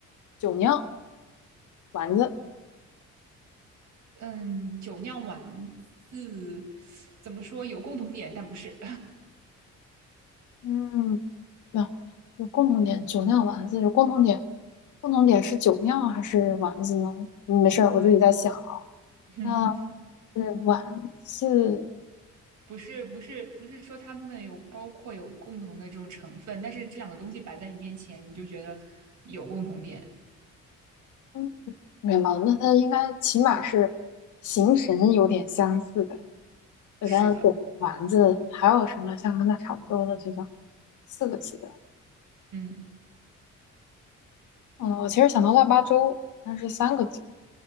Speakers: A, on the left; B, on the right.
A: 酒酿、丸子？
B: 嗯，酒酿丸子怎么说有共同点，但不是，
A: 嗯，那有，有共同点，酒酿丸子有共同点，共同点是酒酿还是丸子呢？嗯没事儿，我自己在想。
B: <laughs> 嗯
A: 那是丸子，
B: 不是，不是，不是说他们有包括有共同的这种成分，但是这两个东西摆在你面前，你就觉得有共同点，
A: 嗯，没毛病。那它应该起码是形神有点相似的。我想想，
B: 是的，
A: 对丸子还有什么像跟它差不多的这种四个字的？
B: 嗯。
A: 嗯，我其实想到腊八粥，但是三个字。